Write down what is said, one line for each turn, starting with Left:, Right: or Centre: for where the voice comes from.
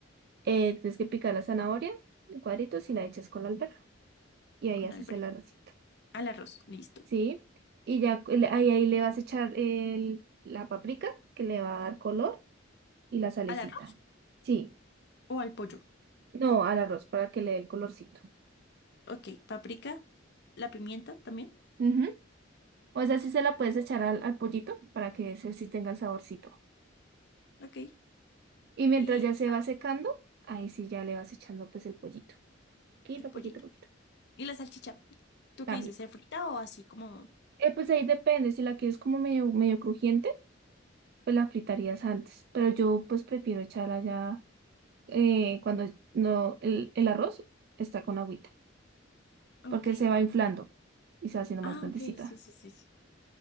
Right: Eh, tienes que picar la zanahoria en cuadritos y la echas con la alberja. Y ahí
Left: con
Right: haces
Left: alberga.
Right: el arrocito,
Left: Al arroz, listo.
Right: ¿sí? Y ya cu- le- ahí, ahí le vas a echar el, la paprika que le va a dar color. y la salecita.
Left: ¿Al arroz
Right: Sí,
Left: o al pollo?
Right: no, al arroz para que le dé el colorcito.
Left: Ok, paprika, la pimienta también.
Right: Ujú. O esa sí se la
Left: y-
Right: puedes echar al, al pollito para que ese sí tenga el saborcito.
Left: Ok,
Right: Y mientras
Left: y
Right: ya se va secando, ahí sí ya le vas echando pues el pollito. Poquito,
Left: el pollito.
Right: poquito, poquito.
Left: Y la salchicha. ¿Tú
Right: También.
Left: qué dices? ¿Se frita o así como...?
Right: Eh, pues ahí depende, si la quieres como medio, medio crujiente, pues la fritarías antes. Pero yo pues prefiero echarla ya eh, cuando no, el, el arroz está con agüita,
Left: Ok.
Right: porque se va inflando y se va haciendo
Left: Ah,
Right: más grandecita.
Left: ok, sí, sí, sí, sí.